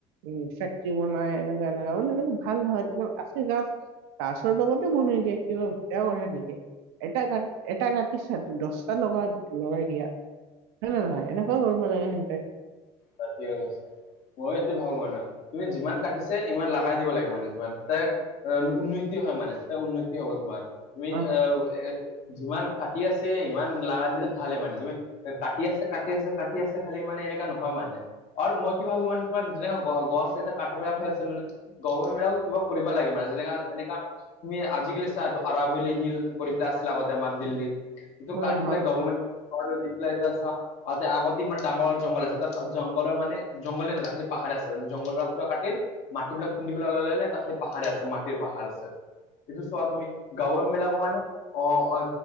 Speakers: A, on the right; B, on the left.
A: উম ফেক্টৰী বনাই এনেকোৱা এনেকোৱা মানে এনেকে ভাল নহয় তোমাৰ আচি গছ গাছৰ লগতে মোৰ মেইনকে এইটো বেয়া কথা নেকি এটা কাট এটা কাটিছা দহটা লগ লগাই দিয়া হয় নে নহয় এনেকোৱা কৰিব লাগে সিঁহতে
B: বাকী এই অৱস্থা মই এইটো ভাবো মানে তুমি যিমান কাটিছে ইমান লগাই দিব লাগে মানে তোমাৰ তে এ উন্নতি হয় মানে তেতিয়া উন্নতি হব তোমাৰ তুমি
A: অ
B: অহ এ যিমান কাটি আছে ইমান লগাই দিলে ভালে মানে তুমি এ কাটি আছে কাটি আছে কাটি আছে খালি মানে এনেকা নহয় মানে এ আৰু মই কি ভাবো মানে তোমাৰ যেনেকা গ গছ এটা কাটিব লগা হৈ আছে মানে গভৰ্মেণ্টবিলাকো কিবা কৰিব লাগে মানে যেনেকা এনেকা তুমি আজিকালি চা এইটো আৰাৱলি হিল কৰি পেলাই আছিলে আগতে আমাৰ দিল্লীত এইটো
A: অ
B: কাটি
A: হয়
B: পেলাই গভমেণ্টৰ দি পেলাই এটা চা তাতে আগতে ইমান ডাঙৰ জংঘল আছে তাত জংঘলৰ মানে জংঘলে নাই খালি পাহাৰ আছিলে জংঘল পুৰা কাটিল মাটিবিলাক খুন্দিবলৈ ওলাই ললে তাৰপিছত পাহাৰে আছে মাটিৰ পাহাৰ আছে এইটো চোৱা তুমি গভমেণ্ট বিলাকৰ মানে অ অ